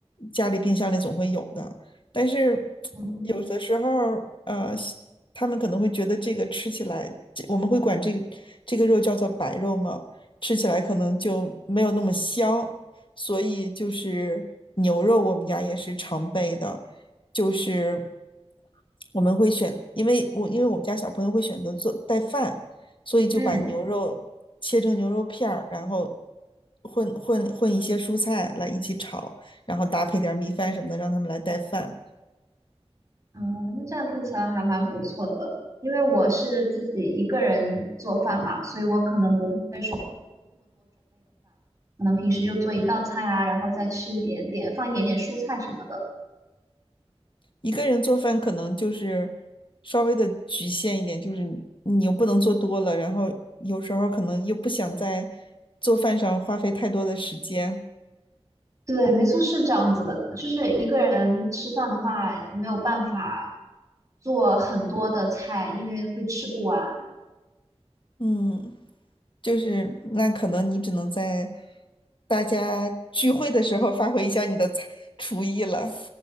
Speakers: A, on the left (about 50°); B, on the right (about 30°).
A: 家里冰箱里总会有的。但是
B: 嗯
A: 有的时候呃，他们可能会觉得这个吃起来，这我们会管这个这个肉叫做白肉嘛，吃起来可能就没有那么香，所以就是牛肉我们家也是常备的，就是我们会选，因为我因为我们家小朋友会选择做带饭，所以就把牛肉切成牛肉片儿，
B: 嗯，
A: 然后。混混混一些蔬菜来一起炒，然后搭配点儿米饭什么的，让他们来带饭。
B: 嗯，那这样听起来还蛮不错的。因为我是自己一个人做饭嘛，所以我可能不会，可能平时就做一道菜啊，然后再吃一点点，放一点点蔬菜什么的。
A: 一个人做饭可能就是稍微的局限一点，就是你你又不能做多了，然后有时候可能又不想在做饭上花费太多的时间，
B: 对，没错，是这样子的。就是一个人吃饭的话，你没有办法做很多的菜，因为会吃不完。
A: 嗯，就是那可能你只能在大家聚会的时候发挥一下你的才厨艺了，